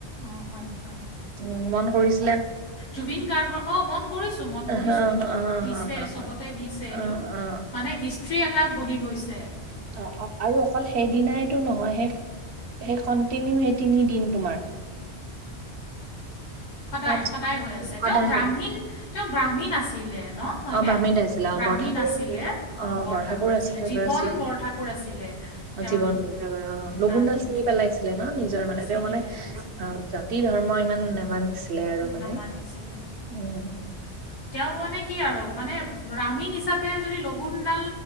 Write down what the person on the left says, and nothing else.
অঁ হয় হয়
জুবিন গাৰ্গৰ অ মন কৰিছো মন কৰিছো
এইটো
দিছে
চবতে দিছে এইটো
মানে হিষ্ট্ৰ্ৰী এটা বনি গৈছে।
সদায়
সদায় হৈ আছে
তেওঁ ব্ৰাহ্মীণ
তেওঁ ব্ৰাহ্মীণ আছিলে। ন হয়নে
ব্ৰাহ্মীণ
আছিলে
অঁ,
আছিলে জীৱন
বৰঠাকুৰ আছিলে তেওঁৰ
নামটো
ছিঙি
পেলাইছিলে
নামানিছিলে
তেওঁ মানে কি আৰু মানে ৰামীণ হিচাপে যদি লগুণডাল